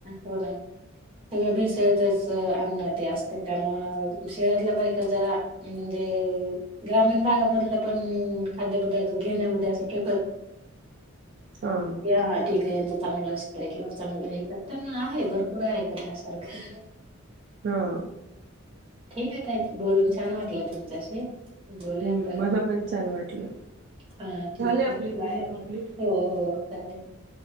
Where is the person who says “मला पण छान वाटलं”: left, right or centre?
Right